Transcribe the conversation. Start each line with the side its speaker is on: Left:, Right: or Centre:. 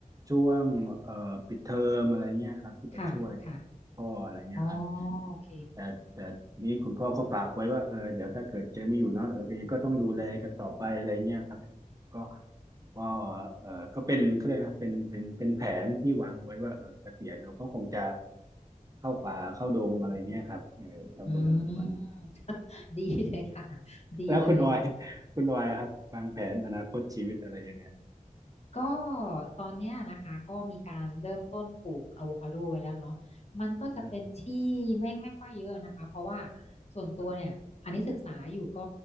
Right: ช่วงเอ่อปิดเทอมอะไรเงี้ยครับที่ไปช่วย
Left: ค่ะค่ะ
Right: พ่ออะไรเงี้ยครับ
Left: อ๋อโอเค
Right: แต่แต่ทีนี้คุณพ่อก็ฝากไว้ว่าเออเดี๋ยวถ้าเกิดเจไม่อยู่เนาะเออแกก็ต้องดูแลกันต่อไปอะไรเงี้ยครับก็คุณพ่อเออก็เป็นเขาเรียกนะเป็นเป็นเป็นแผนที่วางไว้ว่าเออเกษียณเราก็คงจะเข้าป่าเข้าดงอะไรเงี้ยครับเออทำสวนทำสวน
Left: อืมดีเลยค่ะดีเลย
Right: แล้วคุณออย <laughs> คุณออยอะครับวางแผนอนาคตชีวิตอะไรยังไง
Left: ก็ตอนเนี้ยนะคะก็มีการเริ่มต้นปลูกอะโวคาโดไว้แล้วเนาะมันก็จะเป็นที่ไม่ไม่ค่อยเยอะนะคะเพราะว่า
Right: อืม
Left: ส่วนตัวเนี่ยอันนี้ศึกษาอยู่ก็
Right: อืม